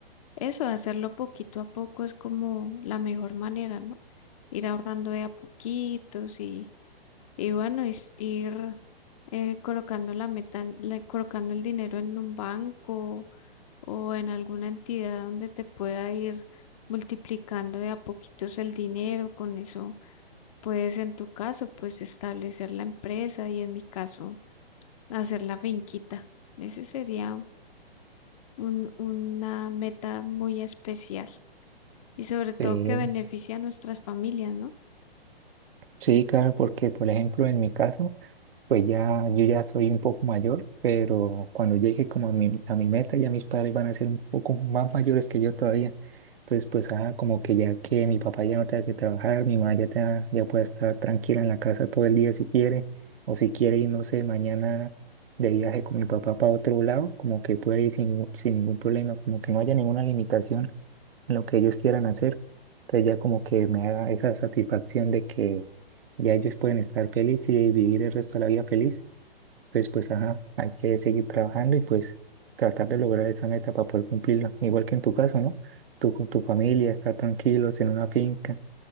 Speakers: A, on the left (about 35°); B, on the right (about 70°).
A: Eso, hacerlo poquito a poco es como la mejor manera, ¿no? Ir ahorrando de a poquitos y, y bueno, is- ir eh, colocando la meta, en- le- colocando el dinero en un banco o en alguna entidad donde te pueda ir multiplicando de a poquitos el dinero. Con eso puedes, en tu caso, pues establecer la empresa y en mi caso, hacer la finquita. Ese sería un, una meta muy especial y sobre
B: Sí,
A: todo que beneficia a nuestras familias, ¿no?
B: sí, claro, porque por ejemplo en mi caso, Pues ya, yo ya soy un poco mayor, pero cuando llegue como a mi, a mi meta, ya mis padres van a ser un poco más mayores que yo todavía. Entonces, pues, ah, como que ya que mi papá ya no tenga que trabajar, mi mamá ya, tenga- ya pueda estar tranquila en la casa todo el día si quiere, o si quiere ir, no sé, mañana de viaje con mi papá para otro lado, como que puede ir sin, sin ningún problema, como que no haya ninguna limitación en lo que ellos quieran hacer. Entonces ya como que me da esa satisfacción de que ya ellos pueden estar felices y vivir el resto de la vida feliz. Entonces pues ajá, hay que seguir trabajando y pues tratar de lograr esa meta para poder cumplirla. Igual que en tu caso, ¿no? Tú con tu familia, estar tranquilos en una finca